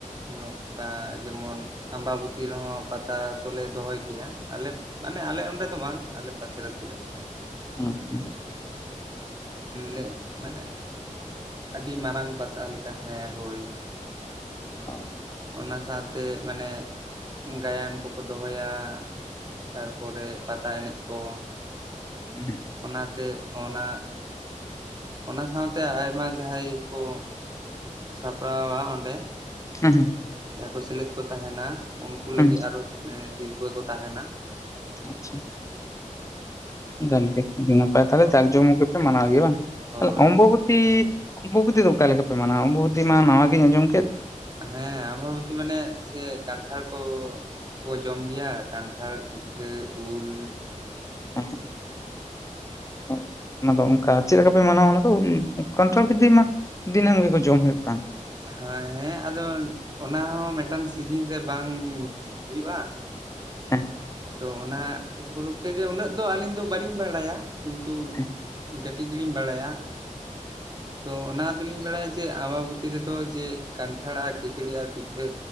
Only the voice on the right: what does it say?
ᱱᱚᱝᱠᱟ ᱡᱮᱢᱚᱱ ᱟᱢᱵᱟᱵᱚᱛᱤ ᱨᱮᱦᱚᱸ ᱯᱟᱛᱟ ᱫᱚᱞᱮ ᱫᱚᱦᱚᱭ ᱠᱮᱭᱟ ᱟᱞᱮ ᱢᱟᱱᱮ ᱟᱞᱮ ᱚᱸᱰᱮ ᱫᱚ ᱵᱟᱝ ᱟᱞᱮ ᱯᱟᱥᱮ ᱟᱹᱛᱩ ᱨᱮ
ᱞᱮ ᱢᱟᱱᱮ ᱟᱹᱰᱤ ᱢᱟᱨᱟᱝ ᱯᱟᱛᱟ ᱞᱮᱠᱟ ᱦᱮᱸ ᱦᱳᱭ
ᱚᱱᱟ ᱥᱟᱶᱛᱮ ᱢᱟᱱᱮ ᱜᱟᱭᱟᱱ ᱠᱚᱠᱚ ᱫᱚᱦᱚᱭᱟ ᱛᱟᱨᱯᱚᱨᱮ ᱯᱟᱛᱟ ᱮᱱᱮᱡ ᱠᱚ
ᱚᱱᱟᱛᱮ ᱚᱱᱟ ᱚᱱᱟ ᱥᱟᱶᱛᱮ ᱟᱭᱢᱟ ᱡᱟᱦᱟᱸᱭ ᱠᱚ ᱥᱟᱯᱲᱟᱣᱟ ᱚᱸᱰᱮ
ᱡᱟᱦᱟᱸᱭ ᱠᱚ ᱥᱮᱞᱮᱫ ᱠᱚ ᱛᱟᱦᱮᱱᱟ ᱩᱱᱠᱩ
ᱞᱟᱹᱜᱤᱫ ᱟᱨᱚ ᱥᱤᱨᱯᱟᱹ ᱠᱚ ᱛᱟᱦᱮᱱᱟ᱾
ᱦᱳᱭ
ᱦᱳᱭ
ᱦᱮᱸ ᱟᱢᱟᱵᱚᱛᱤ ᱢᱟᱱᱮ ᱥᱮ ᱠᱟᱱᱴᱟᱲ ᱠᱚ ᱠᱚ ᱡᱚᱢ ᱜᱮᱭᱟ ᱠᱟᱱᱴᱷᱟᱲ ᱯᱤᱴᱷᱟᱹ ᱩᱞ
ᱦᱮᱸ ᱦᱮᱸ ᱟᱫᱚ ᱚᱱᱟ ᱦᱚᱸ ᱢᱤᱫᱴᱟᱱ ᱥᱤᱡᱤᱱ ᱨᱮ ᱵᱟᱝ ᱦᱩᱭᱩᱜᱼᱟ᱾
ᱛᱚ ᱚᱱᱟ ᱩᱯᱚᱞᱚᱠᱠᱷᱮ ᱜᱮ ᱩᱱᱟᱹᱜ ᱫᱚ ᱟᱹᱞᱤᱧ ᱫᱚ ᱵᱟᱹᱞᱤᱧ ᱵᱟᱲᱟᱭᱟ ᱠᱤᱱᱛᱩ
ᱠᱟᱹᱴᱤᱡ ᱜᱮᱞᱤᱧ ᱵᱟᱲᱟᱭᱟ
ᱛᱚ ᱚᱱᱟ ᱫᱚᱞᱤᱧ ᱵᱟᱲᱟᱭᱟ ᱡᱮ ᱟᱵᱟᱵᱚᱛᱤ ᱨᱮᱫᱚ ᱡᱮ ᱠᱟᱱᱴᱷᱟᱲ ᱟᱨ ᱠᱤᱡᱲᱤ ᱟᱨ ᱯᱤᱴᱷᱟᱹ